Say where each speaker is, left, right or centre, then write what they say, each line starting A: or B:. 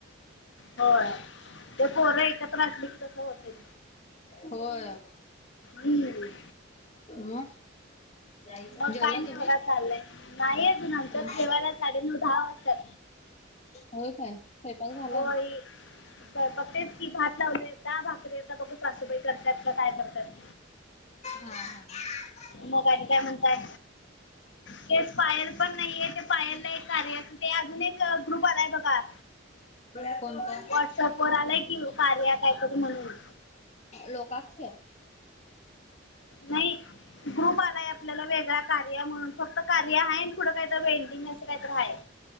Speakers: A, on the left (about 60°); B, on the left (about 35°).
A: हो ते पोर एक ले की तस होताय.
B: होय
A: हम्म
B: मग जायचा
A: मग
B: जेवला
A: काय नाही
B: तुम्ही?
A: बघा चाललय. नाही अजून आमच्यात
B: हा.
A: जेवायला साडेनऊ दहा वाजतात.
B: व्हय काय, स्वयंपाक झाला?
A: होय स्वयंपाक तेच की भात लावलोय आता. भाकरी आता बघु सासूबाई करतात का काय करतात.
B: हा हा
A: मग आनी काय म्हणताय? केस पायर पण नाहीये. पायलला एक कार्य ते अजून एक ग्रुप आलाय बघा.
B: <unintelligible>
A: व्हॉट्सअप वर आलाय की कार्या काहीतरी म्हणून.
B: लोकाक्षर
A: नाही ग्रुप आलाय आपल्याला वेगळा कार्य म्हणून. फक्त कार्य आहे. पुढ काहीतरी वेडिंग अस काहीतरी आहे.